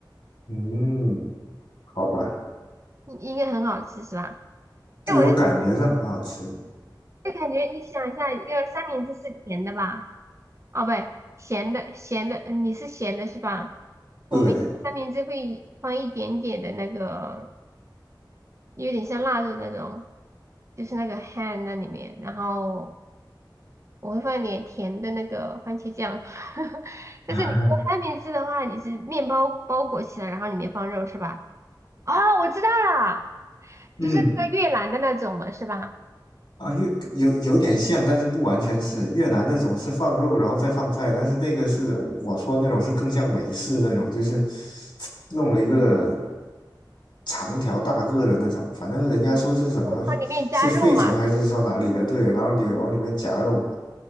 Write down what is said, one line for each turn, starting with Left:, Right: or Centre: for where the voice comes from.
Left: 嗯，好吧，
Right: 应应该很好吃是吧？
Left: 对我感觉上很好吃，
Right: 那我就就感觉你想一下，一个三明治是甜的吧？哦，不对，咸的咸的，嗯你是咸的是吧？我们有的三明治会放一点点的那个，
Left: 对。
Right: 有点像腊肉那种，就是那个 ham 那里面，然后我会放一点甜的那个番茄酱。<laughs> 但是你做三明治的话，
Left: <laughs>
Right: 你是面包包裹起来，然后里面放肉是吧？哦，我知道了，
Left: 嗯，
Right: 就是那个越南的那种嘛，是吧？
Left: 啊，越有有点像，但是不完全是越南那种是放肉然后再放菜，但是那个是我说那种是更像美式那种，就是 <tsk> 弄了一个长条大个的那种，反正人家说是什么是费城还是说哪里的，
Right: 它里面加肉嘛，
Left: 对，然后也往里面夹肉。